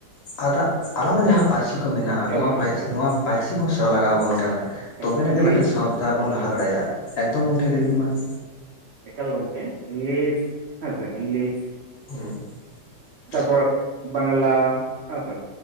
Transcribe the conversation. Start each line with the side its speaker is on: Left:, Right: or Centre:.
Left: ᱦᱟᱜ ᱟᱫᱟᱜ, ᱟᱞᱟᱫᱟ ᱡᱟᱦᱟᱸ ᱯᱟᱨᱥᱤ ᱠᱚ, ᱢᱮᱱᱟᱜᱼᱟ
Right: ᱮᱠᱟᱞ
Left: ᱾ ᱱᱚᱣᱟ
Right: ᱮᱠᱟᱞ
Left: ᱯᱟ.
Right: ᱮᱠᱟᱞ
Left: ᱨᱥᱤ, ᱱᱚᱣᱟ ᱯᱟᱹᱨᱥᱤ ᱠᱚᱦᱚᱸ, ᱥᱮᱬᱟ ᱞᱟᱜᱟᱣ ᱟᱵᱚᱱ ᱠᱟᱱᱟ ᱾
Right: ᱮᱠᱟᱞ
Left: ᱛᱚᱵᱮ, ᱮᱱᱟᱝ
Right: ᱤᱝᱞᱤᱥ
Left: ᱜᱮ, ᱢᱤᱫᱟᱝ ᱥᱟᱶ ᱯᱟᱱᱛᱷᱟ ᱵᱚᱱ, ᱞᱟᱦᱟ ᱫᱟᱲᱮᱭᱟᱜᱼᱟ ᱾ ᱮᱠᱫᱚᱢ ᱜᱚᱢᱠᱮ, ᱞᱟᱹᱭ ᱵᱤᱱ ᱢᱟ ᱾
Right: ᱮᱠᱟᱞ ᱜᱚᱢᱠᱮ, ᱤᱝᱞᱤᱥ, ᱦᱮᱸ ᱥᱮ, ᱤᱝᱞᱤᱥ ᱾
Left: ᱦᱩᱸᱻ ᱾
Right: ᱴᱟᱵᱚᱫ ᱵᱟᱝᱞᱟ, ᱦᱮᱸ ᱥᱮ,